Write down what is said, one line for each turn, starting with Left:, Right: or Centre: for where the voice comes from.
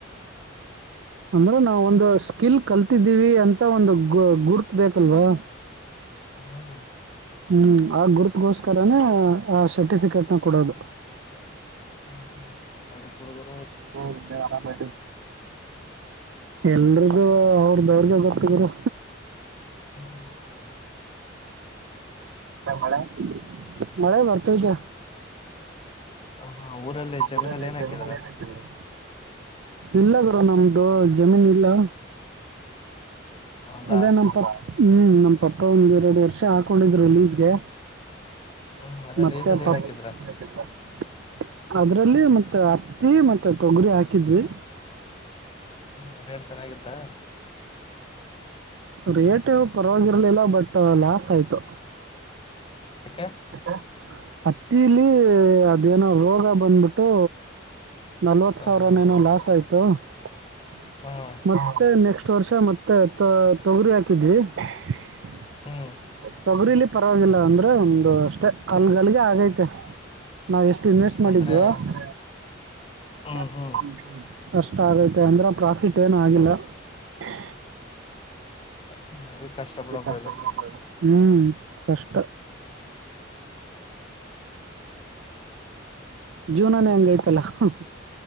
Right: ಅಂದ್ರೆ ನಾವವು ಒಂದು ಸ್ಕಿಲ್ ಕಲ್ತಿದ್ದೀವಿ ಅಂತ ಒಂದು ಗ ಗುರ್ತ ಬೇಕಲ್ವಾ
Left: ಹ್ಮ್
Right: ಹ್ಮ್ ಆ ಗುರುತ್ಗೋಸ್ಕರನ ಆ ಸರ್ಟಿಫಿಕೇಟ್ನ ಕೊಡೋದು
Left: ಹ ಹ್ ನಡೆದಿದೆ
Right: ಹರ ಎಲ್ಲರು ಅವ್ರ್ದ ಅವ್ರಿಗೆ ಗೊತ್ತು ಗುರು
Left: ಹ್ಮ್
Right: ಸರ್ ಮಳೆ ಮಳೆ ಬರ್ತೈತೆ
Left: ಹ ಜಮೀನಲ್ಲಿ
Right: ಊರಲ್ಲಿ
Left: ಏನ್
Right: ಜೆಮೀನಲ್ಲಿ
Left: ಹಾಕಿದಾರ
Right: ಏನ ಹಾಕಿದಿರಿ ಇಲ್ಲ ಗುರು ನಮ್ಮದು ಜಮೀನ್ ಇಲ್ಲಾ
Left: ಹೌದಾ
Right: ಅದೇ ನಮ್ಮ ಪಕ್ಕಾ ಹು ನಮ್ಮ ಪಪ್ಪಾ ಒಂದ್ ಎರಡು ವರ್ಷ ಹಾಕೊಂಡಿದ್ರು ರಿಲೀಸ್ಗೆ
Left: ಹ್ಮ್ ಅದೇ
Right: ಮತ್ತೆ
Left: ಲೀಸಲ್ಲಿ
Right: ಪಪ್ಪ
Left: ಏನ್ ಹಾಕಿದ್ರ
Right: ಲಿಸ್ ಹೆಂಗ್ ಹಾಕಿದ್ರ ಟ್ಕಬ್ಟ್ಕ್ ಅದ್ರಲ್ಲಿ ಮತ್ತೆ ಹತ್ತಿ ಮತ್ತ ತೊಗರಿ ಹಾಕಿದ್ವಿ
Left: ಹು ರೇಟ್ ಚನ್ನಾಗಿತ್ತಾ
Right: ರೇಟ್ ಪರವಾಗಿರ್ಲಿಲ್ಲ ಬಟ್ ಲಾಸ್ ಆಯ್ತು
Left: ಯಾಕೆ
Right: ಯಕ ಹತ್ತಿಲಿ ಅದೇನೋ ರೋಗ ಬಂದ್ಬಿಟ್ಟು ನಲ್ವತ್ತು
Left: ಹ್ಮ್
Right: ಸಾವಿರನೇನೋ ಲಾಸ್ ಆಯಿತು ಹು
Left: ಹ್ಮ್
Right: ಮತ್ತೆ ನೆಕ್ಸ್ಟ್ ನೆಕ್ಸ್ಟ್ ವರ್ಷ ಮತ್ತೆ ತ ತೊಗರಿ ಹಾಕಿದ್ವಿ ಕ್ಸ್
Left: ಹ್ಮ್
Right: ತೊಗುರಿಲಿ ಪರವಾಗಿಲ್ಲ ಅಂದ್ರೆ ಒಂದು ಅಷ್ಟೇ ಅಲ್ಗಲ್ಗೆ ಆಗೈತೆ ನಾವ್ ಎಷ್ಟ ಎಷ್ಟು ಇನ್ವೆಸ್ಟ್ ಮಾಡಿದ್ವೋ
Left: ಅಂದ್ರೆ
Right: ಹು
Left: ಹ್ಮ್
Right: ಟಕ್
Left: ಹ್ಮ್
Right: ಹು ಹು ಅಷ್ಟ ಆಗೈತೆ ಅಂದ್ರೆ ಪ್ರಾಫಿಟ್ ಏನೂ ಆಗಿಲ್ಲ ಕ್ಸ
Left: ಡೋಕೆ ಹೆವಿ ಕಷ್ಟ
Right: ಇದಕ್ಕ
Left: ಬಿಡಪ್ಪ
Right: ಕಷ್ಟಾ
Left: ಇದು
Right: ಪಡೋಹಂಗ ಆಯ್ತು ಹು ಕಷ್ಟಾ ಜೀವನಾನೆ ಹಂಗೈತಲ್ಲ ಹ್ಹುಕ್